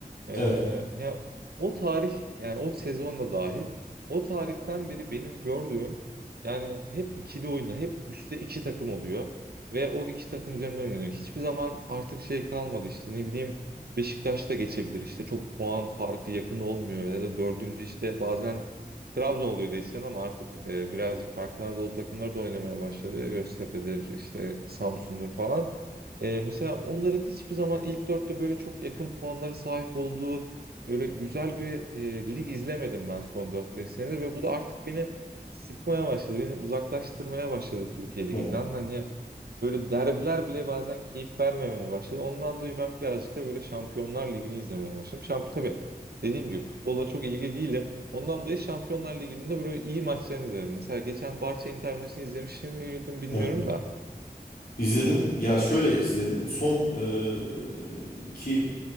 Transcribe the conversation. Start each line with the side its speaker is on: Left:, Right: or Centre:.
Right: Ee,
Left: evet,
Right: ya o tarih yani o sezon da dahil o tarihten beri benim gördüğüm yani hep ikili oyuna hep üstte iki takım oluyor ve o iki takım üzerinde oynanıyor. Hiçbir zaman artık şey kalmadı işte ne bileyim Beşiktaş da geçebilir işte çok puan farkı yakın olmuyor ya da dördüncü işte bazen Trabzon oluyor desen ama artık e, birazcık farklı Anadolu takımları da oynamaya başladı. Göztepe'dir işte Samsun'dur falan. Ee, mesela onların hiçbir zaman ilk dörtte böyle çok yakın puanlara sahip olduğu öyle güzel bir e, lig izlemedim ben son dört beş senede ve bu da artık beni sıkmaya başladı. Beni uzaklaştırmaya başladı Türkiye
Left: evet,
Right: Ligi'nden. Hani böyle derbiler bile bazen keyif vermemeye başladı. Ondan dolayı ben birazcık da böyle Şampiyonlar Ligi'ni izlemeye başladım. Şamp tabii dediğim gibi futbola çok ilgili değilim. Ondan dolayı Şampiyonlar Ligi'nin de böyle iyi maçlarını izlerim. Mesela geçen Barça Inter maçını izlemiş miydim bilmiyorum
Left: evet.
Right: da.
Left: İzledim. Ya şöyle izledim. Son e, iki